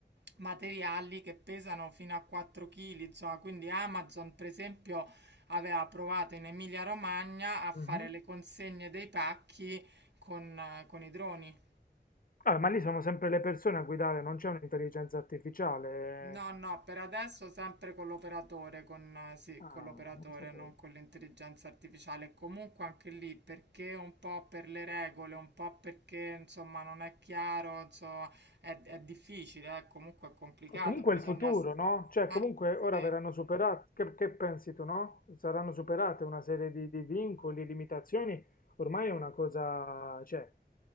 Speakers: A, on the right; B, on the left.
A: materiali che pesano fino a 4 kg, insomma, quindi Amazon, per esempio, aveva provato in Emilia-Romagna a fare
B: Mhm.
A: le consegne dei pacchi con eh, con i droni.
B: Ah, ma lì sono sempre le persone a guidare, non c'è un'intelligenza artificiale.
A: No, no, per adesso sempre con l'operatore, con, eh, sì,
B: Ah,
A: con l'operatore,
B: non sapevo.
A: non con l'intelligenza artificiale. Comunque anche lì, perché un po' per le regole, un po' perché insomma non è chiaro, insomma, è, è difficile, eh, comunque è complicato,
B: O Comunque
A: bisogna...
B: il futuro,
A: s-
B: no? Cioè,
A: Eh,
B: comunque ora
A: sì.
B: verranno superate, che, che pensi tu, no? Saranno superate una serie di, di vincoli, limitazioni, ormai è una cosa, cioè,